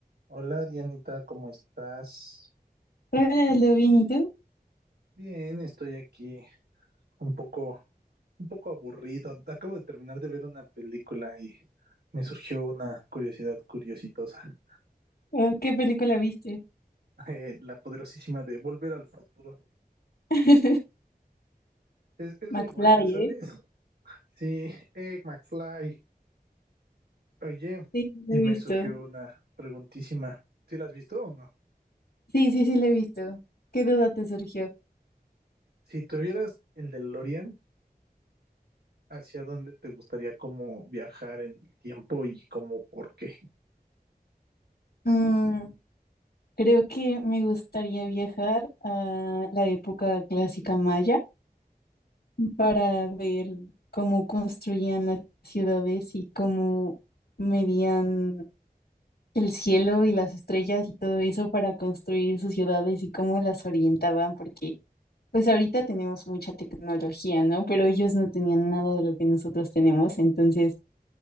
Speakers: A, on the right; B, on the left.
A: Hola Dianita, ¿cómo estás?
B: Hola, Aldo, bien, ¿y tú?
A: Bien, estoy aquí un poco, un poco aburrido. Acabo de terminar de ver una película y me surgió una curiosidad curiositosa.
B: Oh, ¿Qué película viste?
A: <laughs> Eh, la poderosísima de Volver al Futuro.
B: <laughs>
A: Es, es
B: McFly,
A: muy buena, ¿sabes?
B: ¿eh?
A: Sí, eh, McFly. Oye,
B: Sí, la
A: y
B: he
A: me
B: visto.
A: surgió una preguntísima. ¿Sí la has visto o no?
B: Sí, sí, sí, la he visto. ¿Qué duda te surgió?
A: Si tuvieras el DeLorean, ¿hacia dónde te gustaría como viajar en el tiempo y como por qué?
B: Mm, creo que me gustaría viajar a la época clásica maya para ver cómo construían las ciudades y cómo medían el cielo y las estrellas y todo eso para construir sus ciudades y cómo las orientaban, porque Pues ahorita tenemos mucha tecnología, ¿no? Pero ellos no tenían nada de lo que nosotros tenemos, entonces